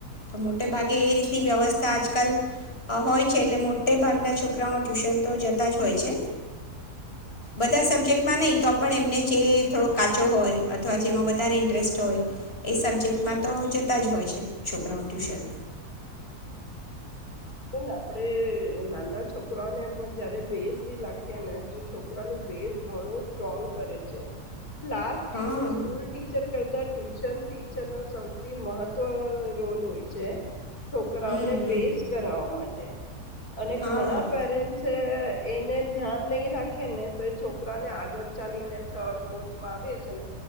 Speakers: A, on the left; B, on the left.
A: તો મોટે ભાગે એ રીતની વ્યવસ્થા આજકાલ હોય છે એટલે મોટે ભાગના છોકરાઓ ટ્યુશન તો જતા જ હોય છે. બધા સબ્જેક્ટમાં નહીં તો પણ એમને જે થોડો કાચો હોય અથવા જેમાં વધારે ઇન્ટરેસ્ટ હોય એ સબ્જેક્ટમાં તો જતા જ હોય છે છોકરાઓ ટ્યુશન.
B: બેન આપડે નાના છોકરાને પણ જયારે ભેસ થી લખીએ ને તો છોકરાનું ભેસ ઘણું સ્ટ્રોંગ કરે છે. ક્લાસ ટીચર
A: હા
B: સ્કૂલ ટીચર કરતા ટ્યુશન ટીચર નો સૌથી મહત્વ રોલ હોય છે. છોકરાઓને
A: હમ હમ
B: બેઝ. માટે અને
A: હા
B: ઘણા પેરેન્ટસ એ એને ધ્યાન નહી રાખે ને તો એ છોકરાને આગળ ચાલીને થર્ડ ફોર્થમાં આવે છે ને